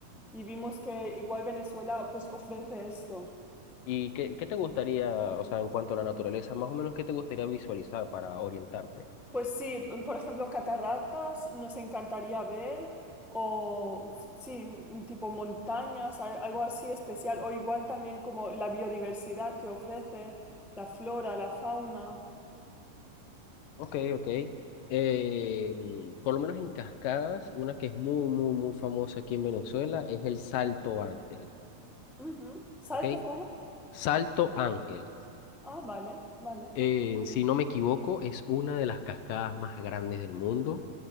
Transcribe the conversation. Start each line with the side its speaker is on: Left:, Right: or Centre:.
Centre: y vimos que igual Venezuela pues ofrece esto.
Left: ¿Y qué, qué te gustaría, o sea, en cuanto a la naturaleza, más o menos qué te gustaría visualizar para orientarte?
Centre: Pues sí, mm, por ejemplo, cataractas nos encantaría ver, o sí, mm, tipo montañas, al- algo así especial, o igual también como la biodiversidad que ofrece, la flora, la fauna.
Left: Ok, ok. Eh, mm, por lo menos en cascadas, una que es muy, muy, muy famosa aquí en Venezuela es el Salto Ángel,
Centre: Ujú. ¿Salto
Left: ¿ok?
Centre: cómo?
Left: Salto Ángel.
Centre: Ah, vale, vale.
Left: Eh, si no me equivoco, es una de las cascadas más grandes del mundo